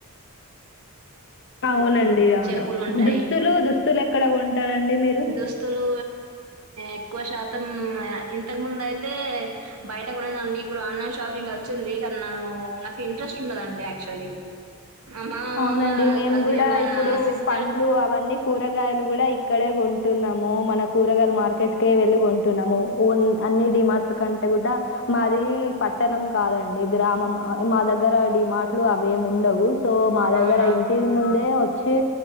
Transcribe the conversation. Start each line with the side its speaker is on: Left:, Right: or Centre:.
Left: అవునండి అవును
Right: పి ఉంటాయి
Left: దుస్తులు దుస్తులు ఎక్కడ కొంటారండి మీరు
Right: దుస్తులు ఎక్కువ శాతం ఇంతకు ముందు అయితే బయట కొనేదా ఇప్పుడు ఆన్లైన్ ష గ్ వచ్చింది కానీ నాకు ఇంట్రెస్ట్ ఉంటదండి క్చువలీ అమ్మా
Left: అవునండి
Right: అమ్మా
Left: మేము
Right: కది
Left: కూడా
Right: అమ్మా
Left: ఇప్పుడు
Right: సిస్
Left: పండ్లు అవన్నీ కూరగాయలు కూడా ఇక్కడే కొంటున్నాము మన కూరగాయలు మార్కెట్కే వెళ్ళి కొంటున్నాము ఊన్ అన్ని డిమాార్ట్ల కంటే కూడా మారి పట్ట న కాదండి గ్రామం మా దగ్గరడి ఈ మాటలు అవిేమి ఉండవు సో మా దగ్గర
Right: అవునా!
Left: ఇంటి ముందే వచ్చి